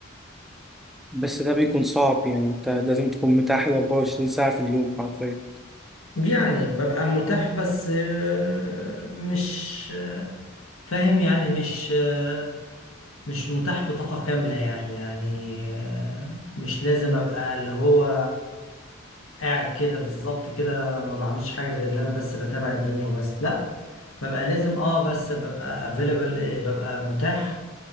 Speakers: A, in the centre; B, on the left.
A: بس ده بيكون صعب يعني انت لازم تكون متاح ال 24 ساعه في اليوم حرفيا
B: يعني ببقى متاح بس آه، مش آه، فاهم يعني مش آه، مش متاح بطاقة كاملة يعني يعني آه، مش لازم ابقى اللي هو قاعد كده بالظبط كده ما بعملش حاجة غير اللي انا بس بتابع الدنيا وبس لا ببقى لازم اه بس ببقى available آه، ببقى متاح